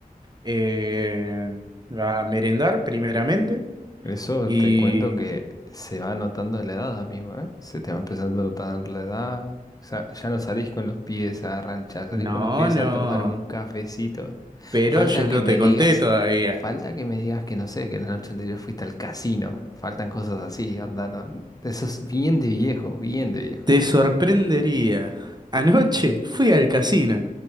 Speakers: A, on the right; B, on the left.
A: eh, a merendar primeramente
B: Eso
A: y
B: te cuento que se va notando la edad, amigo, ¿eh? Se te va empezando a notar la edad. O sea, ya no salís con los pies a ranchar, salís
A: no,
B: con los pies
A: no,
B: a tomar un cafecito.
A: pero
B: Falta
A: yo
B: que
A: no
B: me
A: te
B: digas,
A: conté todavía.
B: falta que me digas que no sé, que la noche anterior fuiste al casino. Faltan cosas así, andando. Eso es bien de viejo, bien de viejo.
A: Te sorprendería. Anoche fui al casino.